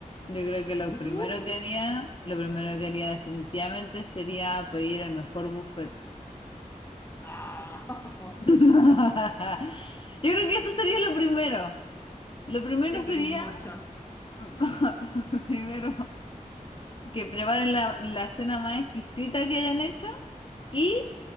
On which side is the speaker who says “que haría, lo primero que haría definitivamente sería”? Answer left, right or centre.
Left